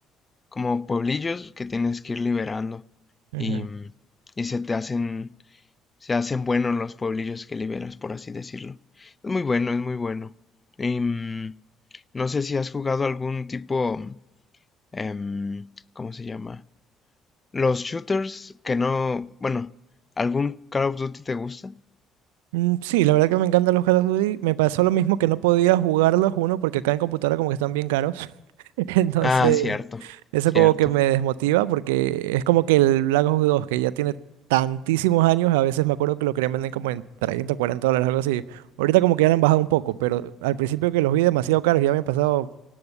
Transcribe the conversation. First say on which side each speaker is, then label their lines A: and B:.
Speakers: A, on the left; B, on the right.
A: como pueblillos que tienes que ir liberando
B: Ujú.
A: y, y se te hacen se hacen buenos los pueblillos que liberas, por así decirlo. Es muy bueno, es muy bueno. Em, no sé si has jugado algún tipo, em, ¿cómo se llama? Los shooters que no, bueno, ¿algún Call of Duty te gusta?
B: Mm, Sí, la verdad que me encantan los Call of Duty. Me pasó lo mismo que no podía jugarlos uno porque acá en computadora como que están bien caros. <laughs> Entonces,
A: Ah, cierto,
B: eso
A: cierto,
B: como que me desmotiva porque es como que el Black Ops 2 que ya tiene tantísimos años, a veces me acuerdo que lo querían vender como en 30 o dólares, algo así. Ahorita como que ya lo han bajado un poco, pero al principio que los vi demasiado caros, ya me han pasado,